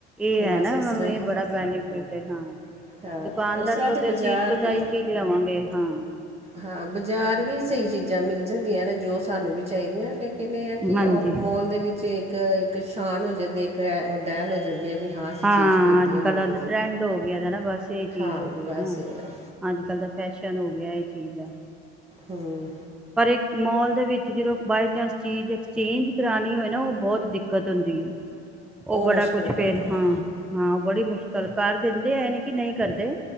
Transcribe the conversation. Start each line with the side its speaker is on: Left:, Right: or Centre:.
Centre: ਹੈ
Right: ਉਹ ਬਸ
Centre: ਨਾ
Right: ਇਸ
Centre: ਉਹਨਾਂ
Right: ਤਰ੍ਹਾਂ
Centre: ਨੂੰ
Right: ਹੀ
Centre: ਇਹ ਬੜਾ ਬੈਨੀਫਿਟ ਹੈ ਹਾਂ
Right: ਹਾਂ
Centre: ਦੁਕਾਨਦਾਰ
Right: ਉਸ ਤਰ੍ਹਾਂ
Centre: ਕੋਲ ਤੇ
Right: ਬਾਜ਼ਾਰ
Centre: ਅਸੀਂ ਇੱਕ
Right: ਵੀ
Centre: ਦਾ ਇੱਕ ਆਵਾਂਗੇ ਹਾਂ
Right: ਹਾਂ ਬਾਜ਼ਾਰ ਵੀ ਸਹੀ ਚੀਜ਼ਾਂ ਮਿਲ ਜਾਂਦੀਆਂ ਨੇ ਜੋ ਸਾਨੂੰ ਵੀ ਚਾਹੀਦੀਆਂ ਲੇ ਕਹਿੰਦੇ ਆ ਕਿ
Centre: ਹਾਂਜੀ
Right: ਉਹ ਮੋਲ ਦੇ ਵਿੱਚ ਇੱਕ ਇੱਕ ਸ਼ਾਨ ਹੋ ਜਾਂਦੀ ਇੱਕ ਡੈਲ ਹੋ ਜਾਂ ਜਾਂਦੀ ਆ ਵੀ ਹਾਂ ਅਸੀਂ
Centre: ਹਾਂ
Right: ਚੀਜ਼ ਖਰੀਦੀ
Centre: ਅੱਜ
Right: ਹੈ ਮੋਲ
Centre: ਕੱਲ ਟਰੈਂਡ
Right: ਦੀ
Centre: ਹੋ ਗਿਆ ਦਾ ਨਾ ਬਸ ਇਹ ਚੀਜ਼
Right: ਹਾਂ
Centre: ਹੋ ਗਈ
Right: ਬਸ
Centre: ਨਾ
Right: ਇਹ ਹੈ।
Centre: ਅੱਜ ਕੱਲ ਦਾ ਫੈਸ਼ਨ ਹੋ ਗਿਆ ਇਹ ਚੀਜ਼ ਆ
Right: ਹਮ
Centre: ਪਰ ਇੱਕ ਮੋਲ ਦੇ ਵਿੱਚ ਜਦੋਂ ਬਏ ਚਾਂਸ ਚੀਜ਼ ਐਕਸਚੇਂਜ ਕਰਾਣੀ ਹੋਏ ਨਾ ਉਹ ਬਹੁਤ ਦਿੱਕਤ ਹੁੰਦੀ ਹੈ ਉਹ ਬੜਾ
Right: ਮੁਸ਼ਕਲ
Centre: ਕੁਛ
Right: ਪੈਂਦੇ
Centre: ਫੇਰ ਹਾਂ
Right: ਨੇ
Centre: ਹਾਂ ਉਹ ਬੜੀ ਮੁਸ਼ਕਿਲ ਕਰ ਦਿੰਦੇ ਹੈ ਨੀ ਕਿ ਨਹੀਂ ਕਰਦੇ